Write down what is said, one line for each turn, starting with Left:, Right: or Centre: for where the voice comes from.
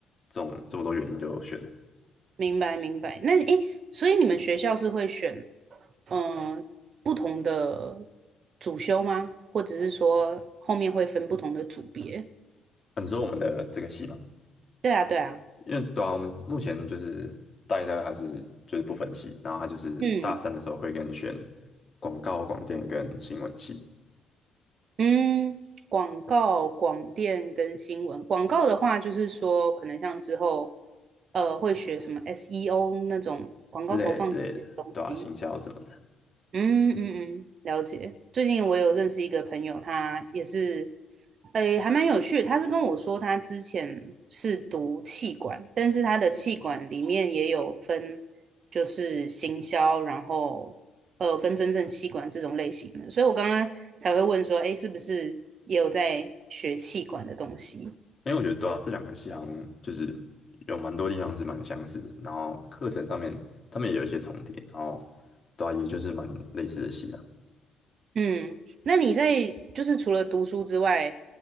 Left: 这种这么多原因就选了。
Right: 明白明白。那你诶，所以你们学校是会选嗯、呃不同的主修吗？或者是说后面会分不同的组别？
Left: 啊你说我们的这个系嘛，
Right: 对啊对啊，
Left: 因为对啊，我们目前就是大一、大二还是就是不分系，然后他就是大三的时候会跟你选
Right: 嗯
Left: 广告、广电跟新闻系
Right: 嗯，广告、广电跟新闻。广告的话，就是说，可能像之后，呃，会学什么 SEO 那种广告投放这些东西。
Left: 之类的之类的，对啊，行销什么的。
Right: 嗯嗯嗯，了解。最近我有认识一个朋友，他也是，诶，还蛮有趣的。他是跟我说，他之前是读气管，但是他的气管里面也有分，就是行销，然后呃，跟真正气管这种类型的。所以我刚刚才会问说，诶，是不是也有在学气管的东西？
Left: 因为我觉得对啊，这两个系好像就是有蛮多地方是蛮相似的，然后课程上面他们也有一些重叠，然后对啊，也就是蛮类似的系啊。
Right: 嗯，那你在就是除了读书之外，